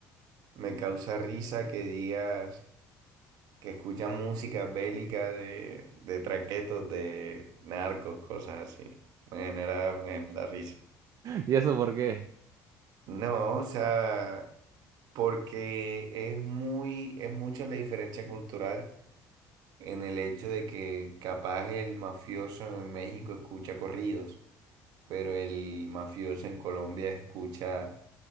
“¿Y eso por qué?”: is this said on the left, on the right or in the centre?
Right